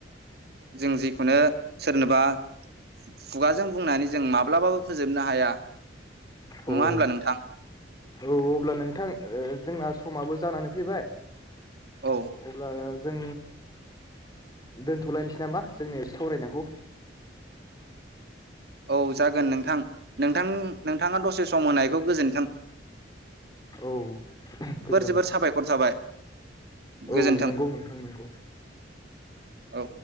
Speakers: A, on the right; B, on the left.
A: जों जिखुनो सोरनोबा खुगाजों बुंनानै जों माब्लाबाबो फोजोबनो हाया। नङा
B: औ
A: होनब्ला नोंथां
B: औ अब्ला नोंथां जोंना समाबो जानानै सफैबाय
A: औ
B: अब्ला जों दोनथ'लायनोसै नामा जोंनि एसे सावरायनायखौ?
A: औ जागोन नोंथां। नोंथां नोंथाङा दसे सम होनायखौ गोजोन <unintelligible>
B: औ गोजोन
A: जोबोर साबायखर थाबाय
B: औ
A: गोजोन्थों
B: नंगौ नोंथां नंगौ।
A: औ।